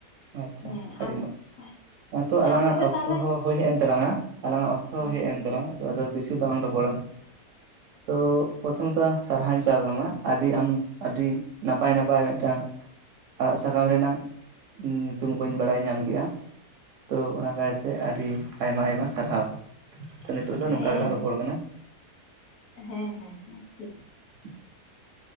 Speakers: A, on the right; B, on the left.
A: ᱟᱪᱷᱟ
B: ᱦᱮᱸ
A: ᱟᱹᱰᱤ
B: ᱟᱨ
A: ᱢᱚᱸᱡᱽ ᱦᱮᱛᱚ ᱟᱞᱟᱝᱟᱜ
B: ᱟᱯᱮ ᱥᱮᱫ
A: ᱚᱠᱛᱚ
B: ᱛᱟᱦᱚᱞᱮ
A: ᱦᱚᱸ <unintelligible> ᱦᱩᱭ ᱦᱮᱜ ᱮᱱ ᱛᱟᱞᱟᱝᱟ ᱟᱞᱟᱝᱟᱜ ᱚᱠᱛᱚ ᱦᱚᱸ
B: ᱟᱪᱪᱷᱟ
A: ᱦᱮᱜ ᱮᱱ ᱛᱟᱞᱟᱝᱟ ᱟᱫᱚ ᱵᱮᱥᱤ ᱵᱟᱞᱟᱝ ᱨᱚᱯᱚᱲᱟ᱾ ᱛᱚ ᱯᱚᱛᱷᱚᱢᱚᱛᱟ ᱥᱟᱨᱦᱟᱣᱤᱧ ᱪᱟᱞ ᱟᱢᱟ ᱟᱹᱰᱤ ᱟᱢ ᱟᱹᱰᱤ <unintelligible> ᱱᱟᱯᱟᱭ ᱱᱟᱯᱟᱭ ᱢᱤᱫᱴᱟᱝ ᱟᱲᱟᱜ ᱥᱟ <unintelligible> ᱱᱟᱜᱟᱢ ᱨᱮᱱᱟᱝ ᱧᱤᱛᱩᱢ ᱠᱚᱧ ᱵᱟᱲᱟᱭ ᱧᱟᱢ ᱠᱮᱜᱼᱟ᱾ ᱛᱚ ᱚᱱᱟ ᱠᱟᱭᱛᱮ ᱟᱹᱰᱤ ᱟᱭᱢᱟ ᱟᱭᱢᱟ ᱥᱟᱨᱦᱟᱣ ᱛᱚ ᱱᱤᱛᱳᱜ ᱫᱚ ᱱᱚᱝᱠᱟ
B: ᱦᱮᱸ
A: ᱜᱮᱞᱟᱝ ᱨᱚᱯᱚᱲ
B: ᱦᱮᱸ
A: ᱠᱟᱱᱟ᱾
B: ᱦᱮᱸ ᱦᱮᱸ ᱦᱮᱸ ᱴᱷᱤᱠ
A: <inaudible>